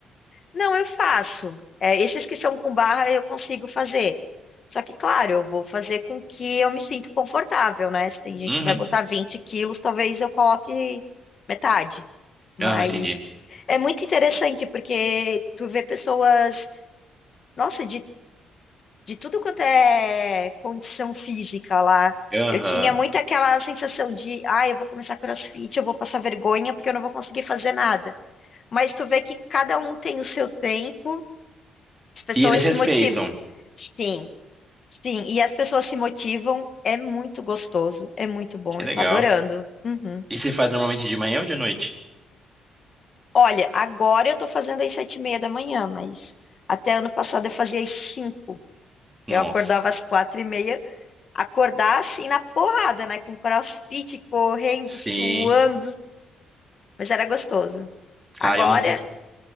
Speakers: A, on the left; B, on the right.
A: Não, eu faço. É, esses que são com barra eu consigo fazer. Só que, claro, eu vou fazer com que eu me sinto confortável, né? Se tem gente
B: Uhum.
A: que vai botar 20 quilos, talvez eu coloque metade. Mas
B: Aham, entendi.
A: é muito interessante porque tu vê pessoas, nossa, de, de tudo quanto é condição física lá.
B: Aham.
A: Eu tinha muito aquela sensação de, ah, eu vou começar CrossFit, eu vou passar vergonha porque eu não vou conseguir fazer nada. Mas tu vê que cada um tem o seu tempo, as pessoas
B: E eles respeitam.
A: se motivam. Sim, sim, e as pessoas se motivam, é muito gostoso, é muito bom,
B: Que
A: eu
B: legal.
A: tô adorando. Uhum.
B: E você faz normalmente de manhã ou de noite?
A: Olha, agora eu tô fazendo às sete e meia da manhã, mas até ano passado eu fazia às cinco. Eu
B: Nossa.
A: acordava às quatro e meia, acordar assim na porrada, né? Com CrossFit, correndo,
B: Sim.
A: suando, mas era gostoso. Agora,
B: Ah, eu não cons...